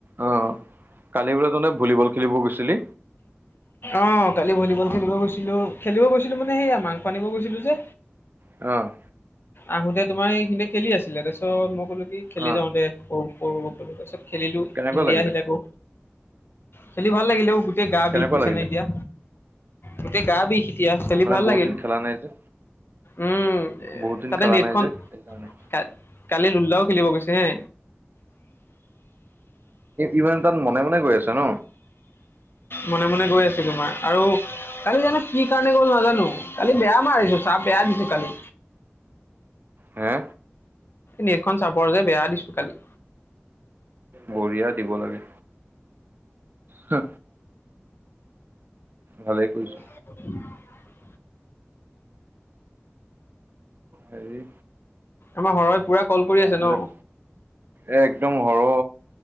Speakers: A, on the right (about 45°); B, on the left (about 55°).
A: অঁ কালি বোলে তোহতে ভলীবল খেলিব গৈছিলি?
B: অঁ কালি ভলীবল খেলিব গৈছিলোঁ খেলিব গৈছিলোঁ মানে সেয়া মাংস আনিব গৈছিলোঁ যে।
A: অঁ!
B: আহোতে তোমাৰ এইখিনিতে খেলি আছিলে তাৰপিছত মই ক'লো কি খেলি
A: অ
B: যাওঁ দে সৰু সৰু সৰু তাপিছত খেলিলো
A: কেনেকুৱা
B: ইণ্ডিয়া
A: লাগিলে
B: আহিলে আকৌ খেলি ভাল লাগিলেও গোটেই গা
A: কেনেকুৱা
B: বিষ বুইছানে
A: লাগিলে
B: এতিয়া গোটেই গা বিষ। এতিয়া খেলি
A: মানে
B: ভাল
A: বহুত
B: লাগিল।
A: দিন খেলা নাই যে
B: উমঁ
A: বহুত দিন
B: তাতে
A: খেলা
B: নেটখন
A: নাই যে সেইকাৰণে
B: কাল কালি লোল্লাও খেলিব গৈছে হে
A: ইভান তাত মনে মনে গৈ আছে ন।
B: মনে মনে গৈ আছে তোমাৰ আৰু কালি জানো কি কাৰণে গ'ল নাজানো কালি বেয়া মাৰিছোঁ চাহ বেয়া দিছোঁ কালি।
A: হে!
B: নেটখন চাপৰ যে বেয়া দিছোঁ কালি।
A: বঢ়িয়া দিব লাগে। হে। ভালে কৰিছ।
B: দিন না এবাৰ
A: হেৰি
B: আমাৰ হৰয়ে পুৰা কল কৰি
A: এইবিলাক
B: আছে ন।
A: এ একদম সৰ